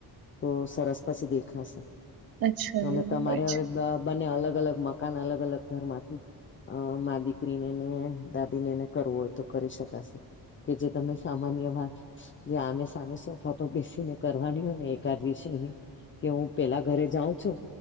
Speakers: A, on the left; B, on the right.
A: તો સરસ પછી દેખાશે
B: અચ્છા
A: અને
B: એવું
A: તમારે
B: હોય
A: હવે
B: છે
A: અ બંને અલગ અલગ મકાન અલગ અલગ ઘરમાંથી અ મા દીકરીને ને દાદી ને ને કરવું હોય તો કરી શકાશે કે જે તમે સામાન્ય વાત જે આમે સામે સોફા પર બેસી ને કરવાની હોય ને, એકાદ વિષય ની કે, હું પેલા ઘરે જાઉં છું.